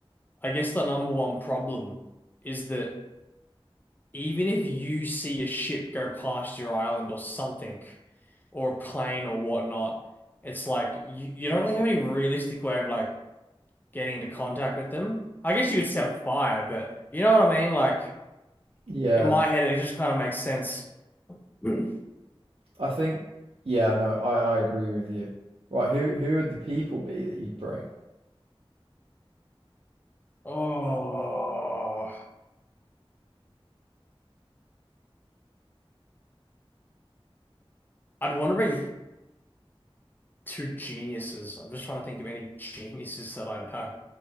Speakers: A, on the left; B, on the right.
A: I guess the number one problem is that even if you see a ship go past your island or something, or a plane or whatnot, it's like you, you don't really have any realistic way of like getting into contact with them. I guess you could set fire, but you know what I mean? Like
B: yeah.
A: in my head, it just kind of makes sense. <clears throat> Mm.
B: I think yeah. No, I I agree with you. Right, who who would the people be that you'd bring?
A: Oh, I'd want to bring two geniuses. I'm just trying to think of any geniuses that I know